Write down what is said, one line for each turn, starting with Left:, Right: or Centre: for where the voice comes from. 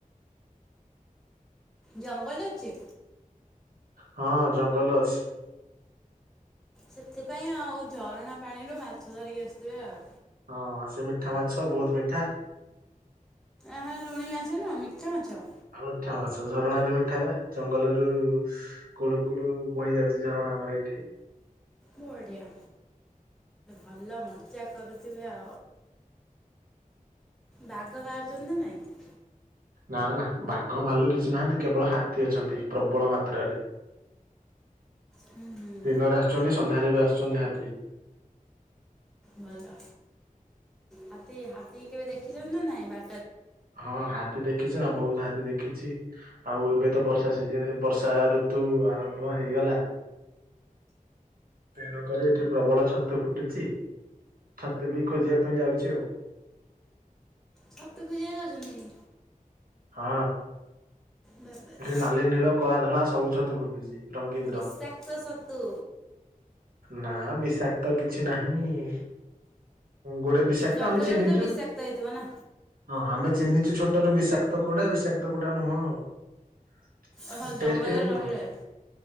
Centre: ଜଙ୍ଗଲ ଅଛି।
Right: ହଁ ଜଙ୍ଗଲ ଅଛି।
Centre: ସେଥିପାଇଁ ଆଉ ଝରଣା ପାଣିରୁ ମାଛ ଧରିକି ଆଶୁଥିବେ ଆଉ।
Right: ହଁ ସେ ମିଠା ମାଛ ବହୁତ ମିଠା।
Centre: ଏହା ଲୁଣି ମାଛ ନୁଅ ମିଠା ମାଛ।
Right: ଆଉ ମିଠା ମାଛ ଝରଣାରେ ମିଠା ପା ଜଙ୍ଗଲରୁ କୁଳୁ କୁଳୁ ବହି ଯାଉଛି ଝରଣା ଆମର ଏଇଠି।
Centre: ବଢିଆ ଭଲ ମଜା କରୁଥିବେ ଆ ବାଘ ବାହାରୁଛନ୍ତି କି ନା ନାଇଁ?
Right: ନା ନା ବାଘ ଭାଲୁ କିଛି ନାହାନ୍ତି କେବଳ ହାତୀ ଅଛନ୍ତି ପ୍ରବଳ ମା ତ୍ରା ରେ
Centre: ହୁଁ ହୁଁ
Right: ଦିନରେ ଆସୁଛନ୍ତି ସନ୍ଧ୍ୟାରେ ବି ଆସୁଛନ୍ତି ହାତୀ।
Centre: ଭଲ ହାତୀ ହାତୀ କେବେ ଦେଖିଛନ୍ତି ନା ନାଇଁ ବା
Right: ହଁ ହାତୀ ଦେଖିଛି ନା ବହୁତ ହାତୀ ଦେଖିଛି। ଆଉ ଏବେ ତ ବର୍ଷା ସିଜି ବର୍ଷା ଋତୁ ଆରମ୍ଭ ହେଇଗଲା। ତେଣୁକରି ଏଠି ପ୍ରବଳ ଛତୁ ଫୁଟୁଛି ଛତୁ ବି ଖୋଜିବା ପାଇଁ ଯାଉଛି ଆଉ।
Centre: ଛତୁ ଖୋଜି ଵା ପାଇଁ ଯାଉଛନ୍ତି?
Right: ହଁ
Centre: ବାବାରେ।
Right: ଏଠି ନାଲି ନୀଳ କଳା ଧଳା ସବୁ ଛତୁ ଫୁଟୁଛି। ରଙ୍ଗୀନ
Centre: ବିଷାକ୍ତ
Right: ର
Centre: ସତୁ।
Right: ନା ବିଷାକ୍ତ କିଛି ନାହିଁ। ଗୋଡେ ବିଷାକ୍ତ
Centre: ଜଙ୍ଗଲରେ
Right: ଆମେ ଚିହ୍ନିଚୁ।
Centre: ତ ବିଷାକ୍ତ ହେଇଥିବ ନା?
Right: ହଁ ଆମେ ଚିହ୍ନିଛୁ ଛୋଟରୁ ବିଷାକ୍ତ କୋଉଟା ବିଷାକ୍ତ କଉଟା ନୁହଁ।
Centre: ଓହୋ ଜଙ୍ଗଲରେ
Right: ଟେଷ୍ଟ କେମି
Centre: ରହି ରହି।